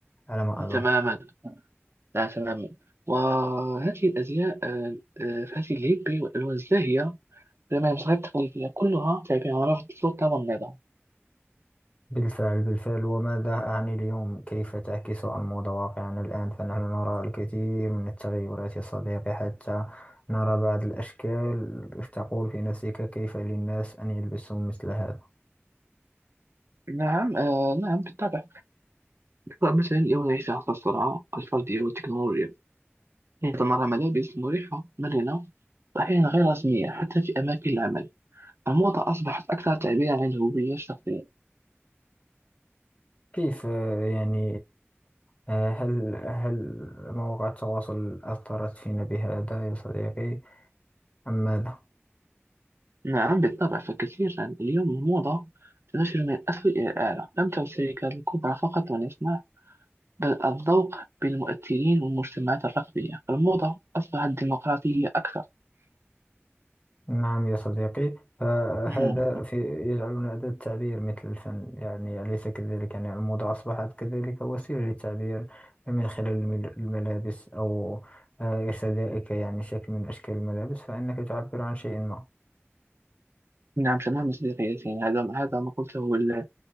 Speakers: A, on the left (about 30°); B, on the right (about 65°).
A: على ما أظن
B: تماما لا تماما وهذه الأزياء آه، آه، فهذه الهيبي والألوان الزاهية لما المصاغات التقليدية كلها تعبير عن رفض السلطة والنظام
A: بالفعل بالفعل وماذا أعني اليوم كيف تعكس الموضة واقعنا الآن فنحن نرى الكثير من التغيرات يا صديقي حتى نرى بعض الأشكال تقول في نفسك كيف للناس أن يلبسوا مثل هذا
B: نعم آه، نعم بالطبع مثلا يوم نعيش عصر السرعة الفردية والتكنولوجيا يتضمن ملابس مريحة مرنة وأحيانا غير رسمية حتى في أماكن العمل الموضة أصبحت أكثر تعبير عن الهوية الشخصية
A: كيف آه، يعني آه، هل هل مواقع التواصل أثرت فينا بهذا يا صديقي أم ماذا؟
B: نعم بالطبع فكثيرا اليوم الموضة تنتشر من الأسفل إلى الأعلى لم تعد الشركات الكبرى فقط من يصنع بل الذوق بالمؤثرين والمجتمعات الرقمية الموضة أصبحت ديمقراطية أكثر
A: نعم يا صديقي فهذا
B: مم.
A: في يجعلنا أداة تعبير مثل الفن يعني أليس كذلك يعني الموضة أصبحت كذلك وسيلة للتعبير من خلال المل- الملابس أو آه، ارتدائك يعني شكل من أشكال الملابس فإنك تعبر عن شيء ما
B: نعم تماما صديقي ياسين هذا هذا ما قلته هو ال-